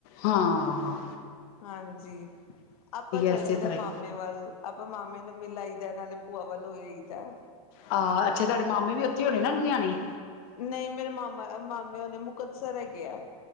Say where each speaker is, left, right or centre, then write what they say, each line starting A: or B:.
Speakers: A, on the left (about 45°); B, on the left (about 80°).
A: ਹਾਂ-ਹਾਂ
B: ਹਾਂਜੀ, ਆਪਾਂ ਚਲਜੀਦਾ
A: ਇਸੇ ਤਰ੍ਹਾਂ ਹੀ
B: ਮਾਮੇ ਵੱਲ, ਆਪਾਂ ਮਾਮੇ ਨੂੰ ਮਿਲ ਆਈਦਾ, ਇਹਨਾਂ ਦੇ ਭੂਆ ਵੱਲ। ਹੋ ਆਈਦਾ।
A: ਆਹ ਅੱਛਾ ਤੁਹਾਡੇ ਮਾਮੇ ਵੀ ਉੱਥੇ ਹੋਣੇ ਨਾ, ਲੁਧਿਆਣੇ।
B: ਨਹੀਂ ਮੇਰੇ ਮਾਮਾ, ਮਾਮੇ ਹੋਨੇ ਮੁਕਤਸਰ ਹੈਗੇ ਆ।